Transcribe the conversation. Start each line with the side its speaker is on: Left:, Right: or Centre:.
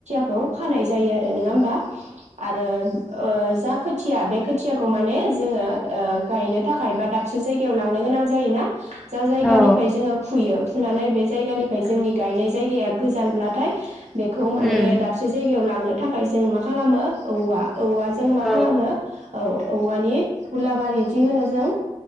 Right: खौ खानाय जायो आरो नङा होमबा आरो ओ जा खोथिया बे खोथियाखौ माने जोङो ओ गायनो थाखाय बा दाबसे जायगायाव लांनो गोनां जायोना जा जायगानिफ्राय
Centre: औ
Right: जोङो फुयो फुनानै बे जायगानिफ्राय जोंनि गायनाय जायगाया गोजानब्लाथाय बे माने
Centre: उम
Right: दाबसे जायगायाव लांनो थाखाय जों मा खालामो औवा औव जों मा
Centre: औ
Right: खालामो औ औवानि हुलाबारि जि होनो जों